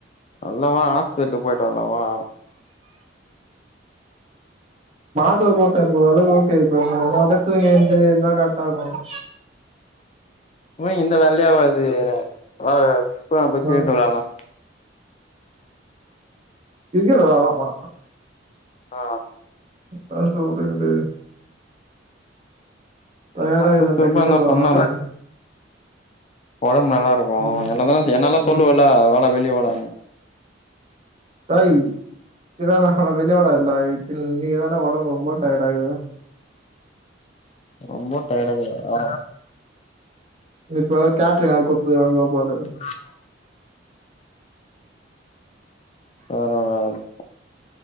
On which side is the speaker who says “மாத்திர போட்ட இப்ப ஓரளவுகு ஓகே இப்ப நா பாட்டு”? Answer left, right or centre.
Right